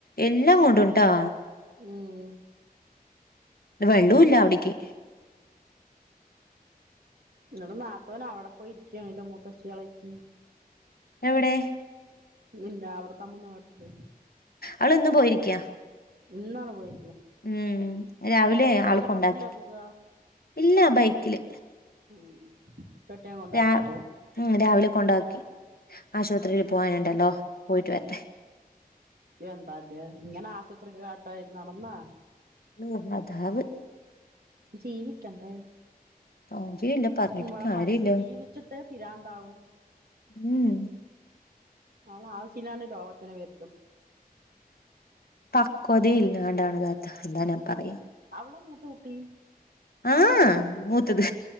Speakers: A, on the left (about 75°); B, on the right (about 75°).
A: എല്ലാം കൊണ്ടുണ്ട് ട്ടാ
B: ഉം
A: വെള്ളൂല്ല അവിടക്ക്
B: നിടെ നാത്തൂൻ അവിടെ പോയിരിക്കണല്ല മൂത്തചിളച്ചി
A: എവിടെ
B: ഇല്ല അവിടെ തമിഴ്നാട്ടില്
A: അവൾ ഇന്ന് പോയിരിക്കയാ
B: ഇന്നാണ് പോയി
A: ഉം രാവിലെ ആള്ക്കൊണ്ടാക്കി
B: ബസ്സിലാ പോക
A: ഇല്ല ബൈക്കില്
B: ഉം പെട്ടിയം കൊണ്ടാക്കിട്ട്
A: രാ ഉം രാവിലെ കൊണ്ടാകി ആശുപത്രിയില് പോവാനുണ്ടല്ലോ പോയിട്ട് വരട്ടെ
B: എന്താല്ലേ ഇങ്ങനെ ആശുപത്രിക്ക് കാട്ടായി നടന്നാ
A: നൂർന്നതാവ്
B: ജീവിക്കണ്ടേ
A: കാര്യല്ല പറഞ്ഞിട്ട്
B: ഇവടെ
A: കാര്യല്ല
B: മനുഷ്യൻ ജീവിച്ചിട്ട് പിരാന്ത് അവ്ണ്
A: ഉം
B: അവള് ആവശ്യമില്ലാണ്ട് രോഗത്തിനെ വരുത്തും
A: പക്വത ഇല്ലാണ്ടാണ് താത അല്ലാ ഞാൻ പറയ
B: അവള മൂത്ത കുട്ടി
A: ആഹ് മൂത്തത്